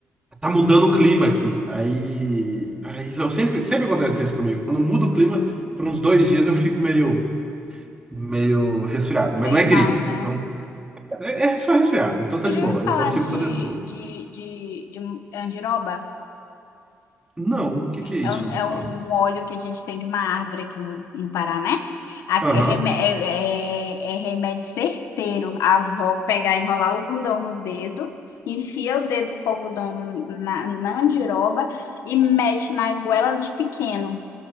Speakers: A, on the right; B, on the left.
A: tá mudando o clima aqui. Aí, aí eu sempre, sempre acontece isso comigo. Quando muda o clima, por uns dois dias eu fico meio, meio resfriado, mas
B: Meio
A: não é gripe,
B: mal, né?
A: então é, é só resfriado, então
B: Você
A: tá de
B: já
A: boa,
B: ouviu
A: eu
B: falar
A: consigo
B: de,
A: fazer tudo.
B: de, de, de andiroba?
A: Não, o que que é isso?
B: É um, é um
A: Ó,
B: óleo que a gente tem de uma árvore aqui no, no Paraná. Aqui
A: Aham,
B: é, remé- é- é- é remédio certeiro. A avó pegar, enrolar o algodão no dedo, enfia o dedo com o algodão na, na andiroba e mete na goela de pequeno,